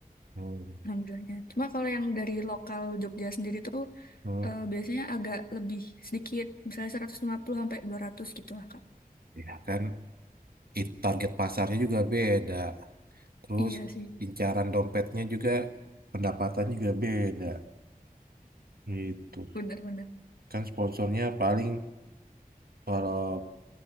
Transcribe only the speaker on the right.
Hmm.
Hmm.
Ya kan it, target pasarnya juga beda. Terus
incaran dompetnya juga pendapatan juga beda gitu.
Kan sponsornya paling kalau